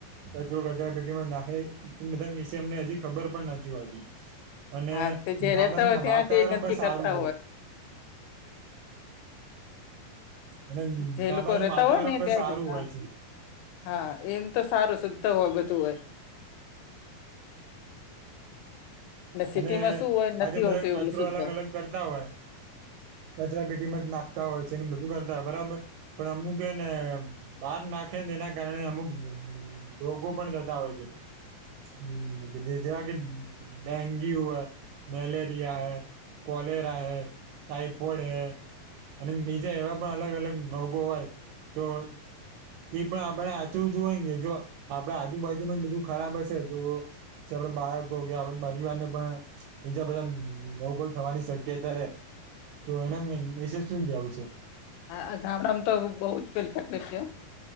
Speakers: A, on the right; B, on the left.
A: કચરો કચરા પેટીમાં નાખે. એ બધા ના વિશે એમને હજી ખબર પણ નથી હોતી. અને
B: હા તે જે
A: ગામડાનું
B: રેતા હોય ત્યાં
A: વાતાવરણ
B: જે ગંદકી
A: પણ સારું
B: કરતા
A: હોય. અને
B: જે
A: ગામડાનું
B: એ લોકો રહેતા
A: વાતાવરણ
B: હોય ને
A: પણ
B: ત્યાં
A: સારું
B: એ તે હા.
A: હોય છે
B: હા એમ તો સારું શુદ્ધ હો બધું હોય. સિટીમાં
A: અને
B: શું હોય નથી
A: આ જે બધા
B: હોતું
A: ન કચરો
B: એટલું શુદ્ધ
A: અલગ અલગ કરતા હોય કચરા પેટીમાં જ નાખતા હોય છે ને બધું કરતા હોય બરાબર. પણ અમુક હે ને બાર નાખે ને એના કારણે અમુક રોગો પણ થતા હોય છે. હં, જે જે જેવા કે ડેન્ગ્યુ હે મલેરિયા હે કોલે હે ટાઈફોઈડ હે અને બીજા એવા પણ અલગ અલગ રોગો હોય તો એ પણ આપણે હાચુ જ હોય ન કે જો આપડે આજુબાજુનું જ બધું ખરાબ હશે તો. ચલો બાળકો કે આપણા પરિવાર ને પણ બીજા બધા ન રોગો થવાની શક્યતા રે. તો એના વિ વિશે શું કવું છે?
B: અ અ ગામડા મ તો બહુ જ પેલી તકલીફ છે.